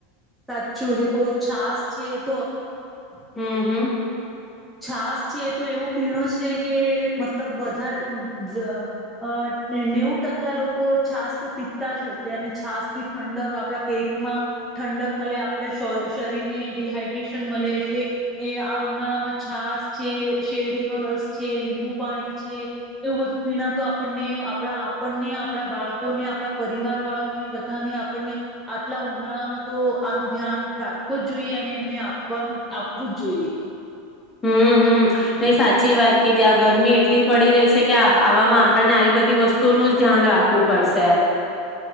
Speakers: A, in the centre; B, on the left (about 20°).
A: સાચું જે કો છાસ છે એ તો
B: હમ હમ.
A: છાસ છે તો એવો પીણો છે. કે મત મતલબ વધારે <inaudible> નેવ ટકા લોકો છાસ તો પીતા જ હશે અને છાસ થી ઠંડક આપણા પેટમાં ઠંડક મળે આપણા શરીરને ડડીહાઈડ્રેશન મળે એટલે એ ઉનાળામાં છાસ છે શેરડીનો રસ છે લીંબુ પાણી છે, એવું બધું પીણા તો આપણને આપણા આપણને આપણા બાળકોને આપણા પરિવાર વાળાઓને બધાને આપણને આટલા ઉનાળામાં તો આનું ધ્યાન રાખવું જ જોઈએ અને એમને આપવાનું આપવું જ જોઈએ.
B: હમ હમ નહી સાચી વાત કીધી આ ગરમી એટલી પડી રહી છે કે આવામાં આપણને આવી બધી વસ્તુઓનું જ ધ્યાન રાખવું પડશે.